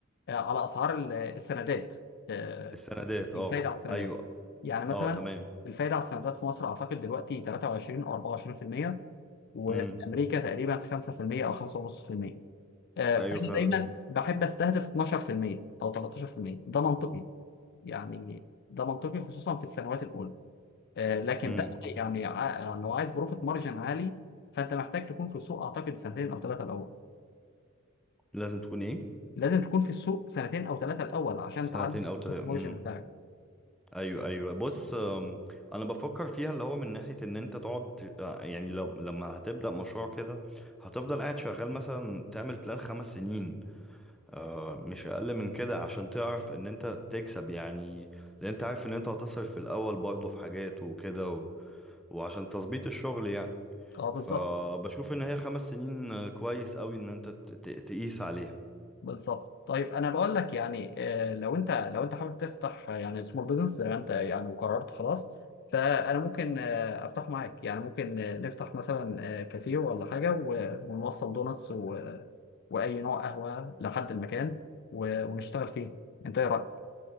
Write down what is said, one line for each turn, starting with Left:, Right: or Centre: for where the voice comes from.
Left: آه، على اسعار ال- السندات آه،
Centre: السندات
Left: الفايدة
Centre: اه
Left: على السندات
Centre: ايوه
Left: يعني مثلا
Centre: اه تمام
Left: الفايدة على السندات في مصر أعتقد دلوقتي 23 أو 24% وفي
Centre: امم
Left: أمريكا تقريبا 5% أو 5.5% آه،
Centre: ايوه
Left: فأنا
Centre: فعلا
Left: دايما بحب أستهدف 12% أو 13% ده منطقي يعني ده منطقي خصوصا في السنوات الأولى آه، لكن
Centre: امم
Left: بقى يعني ع- يعني لو عايز بروفيت مارجن عالي فأنت محتاج تكون في السوق أعتقد سنتين أو ثلاثة الأول
Centre: لازم تكون ايه
Left: لازم تكون في السوق سنتين أو ثلاثة الأول عشان
Centre: سنتين
Left: تعلي
Centre: او تلاتة
Left: البروفيت مارجن
Centre: امم
Left: بتاعك
Centre: ايوه ايوه بص أم، انا بفكر فيها اللي هو من ناحية ان انت تقعد آه، يعني لو لما هتبدأ مشروع كده هتفضل قاعد شغال مثلا تعمل بلان خمس سنين آه، مش اقل من كده عشان تعرف ان انت تكسب يعني لان انت عارف ان انت هتصرف في الاول برضه في حاجات وكده و... وعشان تظبيط الشغل يعني
Left: اه بالظبط
Centre: فبشوف ان هي خمس سنين آه، كويس قوي ان انت ت... ت... تقيس عليها
Left: بالظبط طيب انا بقول لك يعني آه، لو انت لو انت حابب تفتح آه، يعني سمول بزنس زي ما انت يعني وقررت خلاص فانا ممكن آه، افتح معاك يعني ممكن آه، نفتح مثلا آه، كافيه ولا حاجه و- ونوصل دونتس و- واي نوع قهوه لحد المكان و- ونشتغل فيه انت ايه رايك